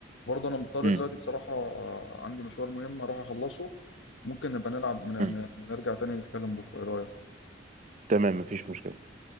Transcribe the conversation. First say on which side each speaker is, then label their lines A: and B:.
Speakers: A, on the left (about 85°); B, on the right (about 40°).
A: برضه انا مضطر
B: مم.
A: دلوقتي بصراحه آه، عندي مشوار مهم اروح اخلصه ممكن نبقى نلعب ن-
B: مم.
A: ن- نرجع تاني نتكلم بكره ايه رايك
B: تمام مفيش مشكلة